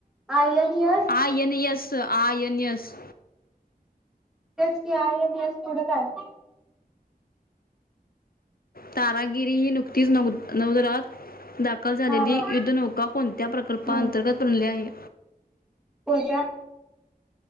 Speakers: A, in the centre; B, on the left.
A: ion yes
B: I N S I N S
A: तेच की आय एन एस पुढं काय
B: तारागिरी ही नुकतीच नव नवदरात दाख खल झालेली
A: हा हा
B: युद्धनौका कोणत्या प्रकल्पाअंतर्गत
A: हम्म
B: बनली आहे.
A: कोणत्या?